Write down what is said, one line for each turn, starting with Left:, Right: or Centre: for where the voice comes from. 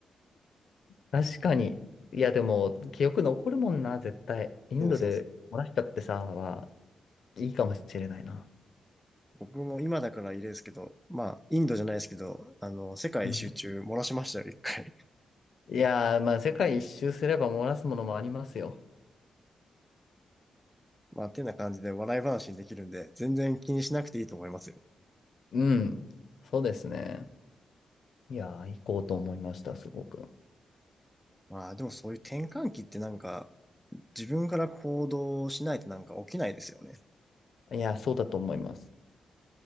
Left: 確かに、いや、でも、記憶残るもんな、絶対。インドで漏らしちゃってさ、
Centre: そうそうそう。
Left: は、いいかもしれないな。
Centre: 僕も今だからいいですけど、まあ、インドじゃないですけど、あの、世界一周中漏らしましたよ、
Left: うん
Centre: 一回。
Left: いやー、まあ、世界一周すれば漏らすものもありますよ。
Centre: まあ、てな感じで笑い話にできるんで、全然気にしなくていいと思いますよ。
Left: うん。そうですね。いやー、行こうと思いました、すごく。
Centre: まあ、でもそういう転換期ってなんか、自分から行動しないとなんか起きないですよね。
Left: いやー、そうだと思います。